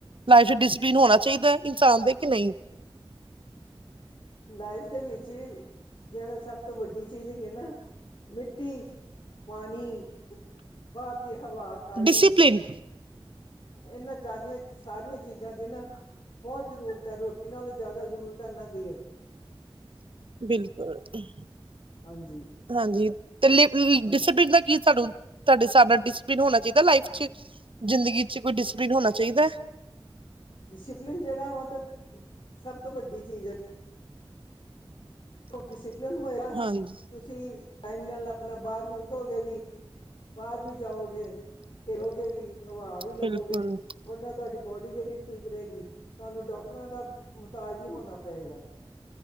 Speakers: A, on the right; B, on the left.
A: ਲਾਈਫ ਚ ਡਿਸ ਪਿਨ ਹੋਣਾ ਚਾਹੀਦਾ, ਇਨਸਾਨ ਦੇ ਕਿ ਨਹੀਂ।
B: ਲਾਈਫ ਦੇ ਵਿੱਚ ਜਿਹੜਾ ਸਭ ਤੋਂ ਵੱਡੀ ਚੀਜ਼ ਹੈਗੀ ਨਾ ਮਿੱਟੀ, ਪਾਣੀ ਬਾਰ ਦੀ ਹਵਾ, ਤਾਜ਼ੀ
A: ਡਿਸਪਲੀਨ,
B: ਇਹਨਾਂ ਚਾਰੀਆਂ ਸਾਰੀਆਂ ਚੀਜ਼ਾਂ ਦੀ ਨਾ ਬੋਤ ਜ਼ਰੂਰਤ ਹੈ ਰੋਟੀ ਨਾਲੋਂ ਜ਼ਿਆਦਾ ਜ਼ਰੂਰਤ ਹੈ ਇਨਾਂ ਦੀ
A: ਬਿਲਕੁਲ, ਏਹ-
B: ਹਾਂਜੀ।
A: ਹਾਂਜੀ ਤੇ ਲੀ ਲ
B: ਹਾਂਜੀ
A: ਡਿਸਪਲਿਨ ਦਾ ਕੀ ਸਾਨੂੰ ਤੁਹਾਡੇ ਹਿਸਾਬ ਨਾਲ ਡਿਸਪਲਿਨ ਹੋਣਾ ਚਾਹੀਦਾ ਲਾਈਫ ਚ ਜ਼ਿੰਦਗੀ ਚ ਕੋਈ ਡਿਸਿਪਲਿਨ ਹੋਣਾ ਚਾਹੀਦਾ ਹੈ।
B: ਡਿਸਿਪਲਿਨ ਜਿਹੜਾ ਔਹ ਤੇ ਸਭ ਤੋਂ ਵੱਡੀ ਚੀਜ਼ ਹੈ। ਔ ਡਿਸਪਲਨ ਹੋਇਆ।
A: ਹਾਂਜੀ
B: ਤੁਸੀਂ ਟਾਈਮ ਨਾਲ ਆਪਣਾ ਬਾਹਰ ਵੀ ਉਠੋਗੇ ਵੀ ਬਾਹਰ ਵੀ ਜਾਓਗੇ ਫਿਰੋਗੇ ਵੀ ਹਵਾ ਵੀ ਲਵੋਗੇ-
A: ਬਿਲਕੁਲ
B: ਔਨਾ ਤੁਹਾਡੀ ਬੋਡੀ ਜਿਹੜੀ ਠੀਕ ਰਹੇਗੀ, ਤੁਹਾਨੂੰ ਡਾਕਟਰਾਂ ਦਾ ਮੁਤਾਜ ਨਹੀਂ ਹੋਣਾ ਪਏਗਾ।